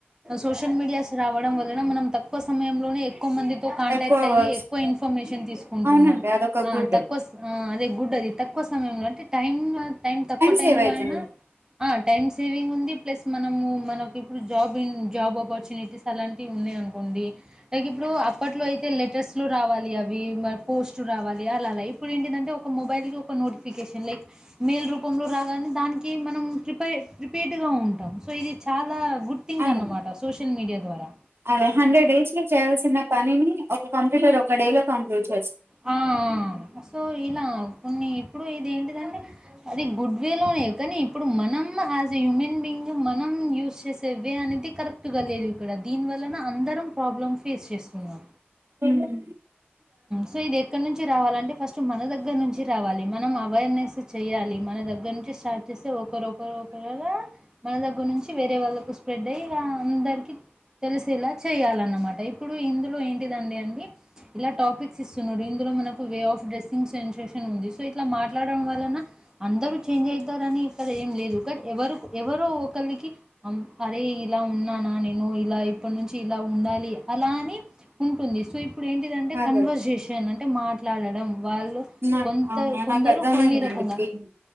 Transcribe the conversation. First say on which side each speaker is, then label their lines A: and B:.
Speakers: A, on the right; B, on the right.
A: సోషల్ మీడియాస్ రావడం వలన మనం తక్కువ సమయంలోనే ఎక్ క్కువ మందితో కాంటాక్ట్
B: ఎక్కువ
A: అయి
B: వర్క్స్
A: ఎక్కువ ఇన్ఫర్మేషన్ తీసుకుంటున్నాం
B: అవునండి అదొక
A: ఆ
B: గుడ్
A: తక్కువ ఆ అదే గుడ్ అది తక్కువ సమయంలో అంటే టైం టైం తక్కువ టైంలో
B: సేవ్ అయితుంది
A: ఐనా ఆ టైమ్ సేవింగ్ ఉంది ప్లస్ మనము మనకి ఇప్పుడు జాబ్ జాబ్ ఆపర్చునిటీస్ అలాంటివి ఉన్నాయి అనుకోండి లైక్ ఇప్పుడు అప్పట్లో అయితే లెటర్స్ లో రావాలి అవి పోస్ట్ రావాలి అలాలా ఇప్పుడు ఏంటింటే ఒక మొబైల్కి ఒక నోటిఫికేషన్ లైక్ మెయిల్ రూపంలో రాగానే దానికి మనం ప్రిప ప్రిపేర్డ్ గా ఉంటాం సో ఇది చాలా గుడ్ థింగ్
B: అండి
A: అన్నమాట సోషల్ మీడియా ద్వారా
B: అదే హండ్రెడ్ డేస్ కి చేయాల్సిన పనిని ఒక కంప్యూటర్ ఒక ఒక డే లో కంప్లిట్
A: ఆ సో ఇలా కొన్ని ఇప్పుడు ఇదెంటిదం టె అది గుడ్ వే లోనే కానీ ఇప్పుడు మనం యాజ్ ఎ హ్యూమన్ బీయింగ్ మనం యూజ్ చేసే వే అనేది కరెక్ట్ కరెక్టు గా లేదు ఇక్కడ దీని వలన అందరం ప్రాబ్లమ్స్ ఫేస్ చేస్తున్నాం
B: ఉమ్
A: సో ఇది ఎక్కడ నుంచి రావాలంటే ఫస్ట్ మన దగ్గర నుంచి రావాలి మనం అవేర్నెస్ చెయాలి మన దగ్గర నుంచి స్టార్ట్ చేస్తే ఒకరు ఒకరు ఒకరు అలా మన దగ్గర నుంచి వేరే వాళ్ళ స్ప్రెడ్ అయ్యి ఇక అందరికి తెలిసేలా చేయాలన్నమాట ఇప్పుడు ఇందులో ఏంటిదండి అండి ఇలా టాపిక్స్ ఇస్తున్నాడు ఇందులో మనకు వే ఆఫ్ డ్రెస్సింగ్ సెన్సేషన్ ఉంది సో ఇట్లా మాట్లాడడం వలన అందరూ చేంజ్ అయితారుని ఇక్కడ ఏం లేదు బట్ ఎవరు ఎవరో ఒకరికి అరే ఇలా ఉన్నానా నేను ఇలా ఇప్పటి నుంచి ఇలా ఉండాలి అలా అని ఉంటుంది సో ఇప్పుడు ఏంటి
B: అదే
A: కన్వర్సేషన్ అం టె మాట్లాడడం వాళ్ళు
B: నా-
A: కొంత
B: ఆ,
A: కొందరు
B: నాకు అర్థమైందండి
A: కొన్ని రకంగా